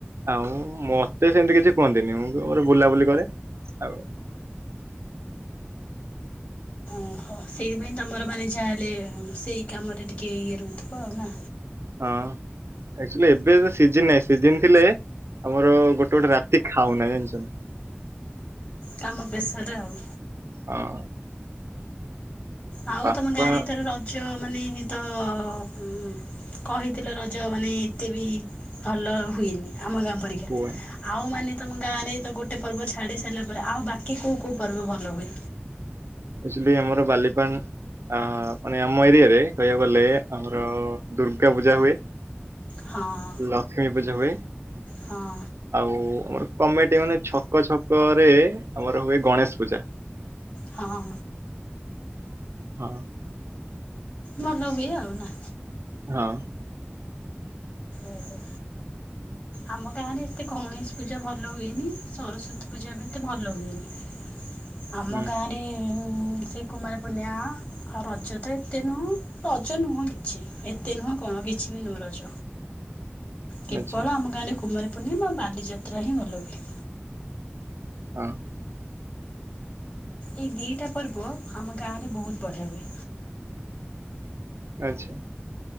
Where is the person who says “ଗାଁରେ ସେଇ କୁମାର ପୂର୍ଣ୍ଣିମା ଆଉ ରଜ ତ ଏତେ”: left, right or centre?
Left